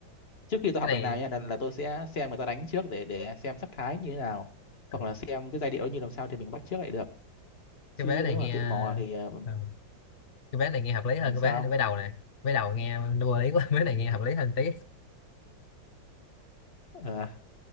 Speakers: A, on the left (about 35°); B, on the left (about 80°).
A: trước khi tôi học
B: cái
A: bài
B: này
A: nào nha là, là tôi sẽ xem người ta đánh trước để để xem sắc thái như thế nào
B: ờ,
A: hoặc là xem cái giai điệu như làm sao thì mình bắt chước lại được chứ
B: cái vé này
A: nếu
B: nghe
A: mà tự mò thì ờ,
B: ờ, cái vé này nghe hợp lý hơn
A: ừm, sao
B: cái vé vé đầu này vé đầu nghe vô lý quá <laughs> vé này nghe hợp lý hơn tí
A: Ờ,